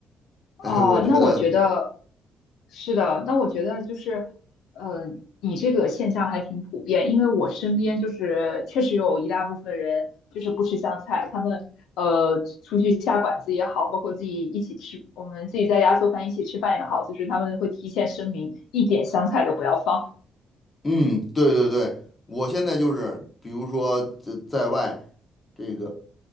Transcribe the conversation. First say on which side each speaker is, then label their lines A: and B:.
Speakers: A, on the left; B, on the left.
A: 哦，
B: 哎，我觉得，
A: 那我觉得是的，那我觉得就是，呃，你这个现象还挺普遍，因为我身边就是确实有一大部分人就是不吃香菜，他们呃出去下馆子也好，包括自己一起吃，我们自己在家做饭一起吃饭也好，就是他们会提前声明一点香菜都不要放。
B: 嗯，对对对，我现在就是，比如说在在外这个